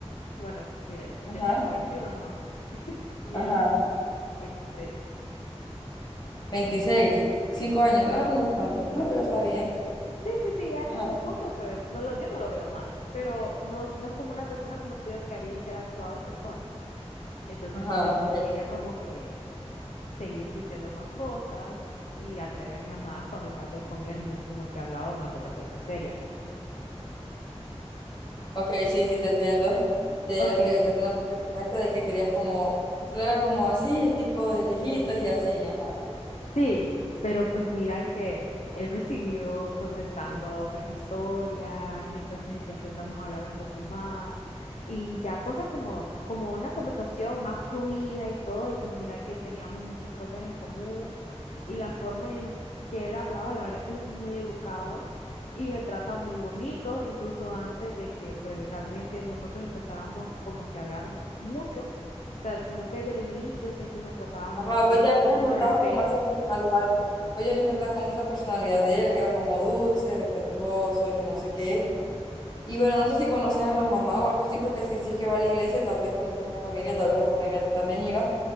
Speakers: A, on the left; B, on the left.
A: Bueno, mira, pues
B: Ajá,
A: yo tengo veintiuno ¿no? Y
B: ajá.
A: él veintiséis
B: 26, 5
A: Sí,
B: años, ah, no es tanto, no, pero está bien.
A: sí, sí, sí, ya en
B: Ajá,
A: este punto, pues no lo, yo no lo veo mal, pero no, no es como una persona como tío que había interactuado en persona. Entonces
B: ajá,
A: no, le,
B: ok.
A: no quería como que seguir diciendo más cosas y atreverme a más cuando tal vez con él no es como que hablaba una conversación seria.
B: Ok, sí, sí, te entiendo. De,
A: Ok,
B: ok, te entiendo perfectamente de que querías como, solo era como así, tipo de lejitos y así, ajá.
A: Sí, pero pues mira que él me siguió contestando otras historias y entonces ya empezamos a hablar un poco más y ya cosas como, como una conversación más fluida y todo y pues mira que teníamos muchas cosas en común y la forma en que él hablaba, la verdad que él es muy educado y me trata muy bonito, incluso antes de que pues realmente nosotros empezáramos como que a hablar mucho, o sea, sino que desde el inicio siempre me trataba
B: Ajá,
A: muy bien,
B: vos ya habías
A: con mucho
B: notado
A: respeto.
B: como esa personalidad, vos ya habías notado como esa personalidad de él, que era como dulce, respetuoso y que no sé qué. Y bueno, no sé si conoces a la mamá o algo así, porque si decís que va a la iglesia, tal vez conozcas la familia, tal vez la familia también iba.